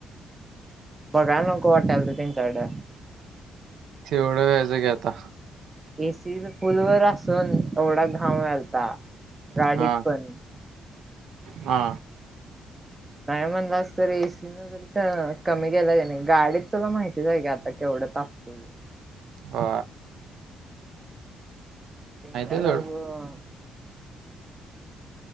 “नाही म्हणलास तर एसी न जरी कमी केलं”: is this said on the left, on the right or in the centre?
Right